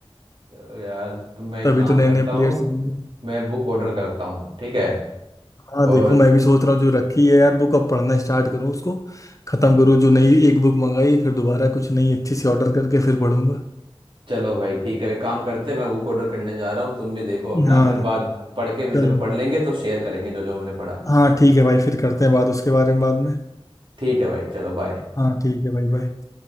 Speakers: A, on the right; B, on the left.
A: चलो यार तो मैं एक
B: तभी
A: काम
B: तो नए
A: करता
B: नए प्लेयर्स
A: हूँ
B: आएंगे
A: मैं बुक ऑर्डर करता हूँ ठीक है
B: हाँ
A: और
B: देखो मैं भी सोच रहा हूँ जो रखी है यार बुक अब पढ़ना स्टार्ट करूँ उसको खत्म करूँ जो नई एक बुक मंगाई है, फिर दोबारा कुछ नई अच्छी सी ऑर्डर करके फिर पढ़ूंगा
A: चलो भाई ठीक है एक काम करते हैं मैं बुक ऑर्डर करने जा रहा हूँ तुम भी देखो अपना
B: हाँ
A: फिर बाद पढ़ के भी
B: चलो
A: जब पढ़ लेंगे तो शेयर करेंगे जो जो हमने पढ़ा
B: हाँ ठीक है भाई फिर करते हैं बात उसके बारे में बाद में
A: ठीक है भाई चलो बाय
B: हाँ ठीक है भाई बाय